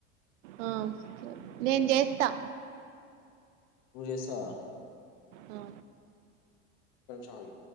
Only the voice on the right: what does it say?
ఆ, సరే. నేను చేస్తా
ఆ.